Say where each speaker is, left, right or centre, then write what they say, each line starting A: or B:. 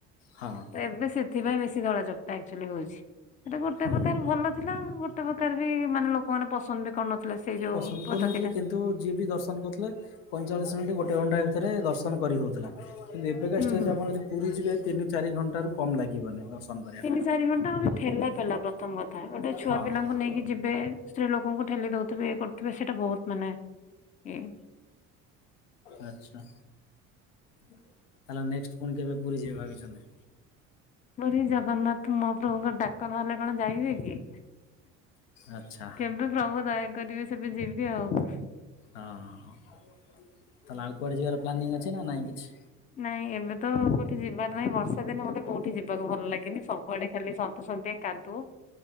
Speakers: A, on the left; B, on the left.
A: ହଁ
B: ତ ଏବେ ସେଥିପାଇଁ ବେଶୀ ଧଳା ଚପ୍ଟାଚୁଆଲି ହଉଛି ସେଟା ଗୋଟେ
A: ହଁ
B: କଥ ଭଲ ଥିଲା। ଗୋଟେ ପ୍ରକାର ବି ମାନେ ଲୋକମାନୋନେ ପସନ୍ଦ ବି କରନଥିଲେ ସେଇ ଯୋଉ
A: ପସନ୍ଦ କରୁନଥିଲେ
B: ପଦ୍ଧତି ଟା।
A: କିନ୍ତୁ ଯିଏ ବି ଦର୍ଶନ କରୁଥିଲେ ପଇଁଚାଳିଶ ମିନିଟ ଗୋଟେ ଘଣ୍ଟା ଭିତରେ ଦର୍ଶନ କରି ହଉଥିଲା। କିନ୍ତୁ ଏବେ କା
B: ହୁଁ
A: ଷ୍ଟେଜ
B: ହୁଁ।
A: ରେ ଆପଣ ଯଦି ପୁରୀ ଯିବେ ତିନି ଚାରି ଘଣ୍ଟାରୁ କମ ଲାଗିବନି। ଦର୍ଶନ କରିବା
B: ତିନି
A: ପାଇଁ।
B: ଚାରି ଘଣ୍ଟା ଠେଲା ପେଲା ପ୍ରଥମ କଥା ଗୋଟେ ଛୁଆ
A: ହଁ
B: ପିଲାଙ୍କୁ ନେଇକି ଯିବେ ସ୍ତ୍ରୀ ଲୋକଙ୍କୁ ଠେଲି ଦଉଥିବେ କରୁଥିବେ ସେଇଟା ବହୁତ ମାନେ ଏଇ।
A: ଆଛା। ତାହେଲେ ନେକ୍ସଟ ପୁଣି କେବେ ପୁରୀ ଯିବ ଭାବିଛନ୍ତି?
B: ପୁରୀ ଜଗନ୍ନାଥ ମହାପ୍ରଭୁଙ୍କ ଡାକ ନ ହେଲେ କଣ ଯାଇ ହୁଏ କି?
A: ଆଚ୍ଛା
B: କେବେ ପ୍ରଭୁ ଦୟା କରିବେ ସେବେ ଯିବି ଆଉ।
A: ହଁ ତାହେଲେ ଆଉ କୁଆଡ଼େ ଯିବାର ପ୍ଲାନିଂ ଅଛି ନା ନାଇଁ କିଛି।
B: ନାଇଁ ଏବେ ତ କୋଉଠି ଯିବାର ନାହିଁ ବର୍ଷା ଦିନ ମତେ କୋଉଠି ଯିବାକୁ ଭଲ ଲାଗିନି ସବୁଆଡେ ଖାଲି ସନ୍ତସନ୍ତିଆ କାଦୁଅ।